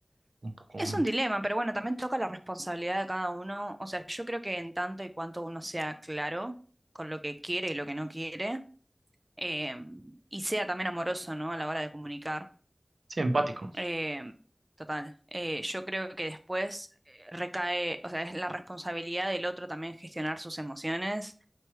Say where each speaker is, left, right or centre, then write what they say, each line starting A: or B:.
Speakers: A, on the right; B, on the right.
A: un poco,
B: Es
A: mm,
B: un dilema, pero bueno, también toca la responsabilidad de cada uno. O sea, yo creo que en tanto y cuanto uno sea claro con lo que quiere y lo que no quiere, eh, y sea también amoroso, ¿no? A la hora de comunicar.
A: sí, empático.
B: Eh, total. Eh, yo creo que después eh, recae, o sea, es la responsabilidad del otro también gestionar sus emociones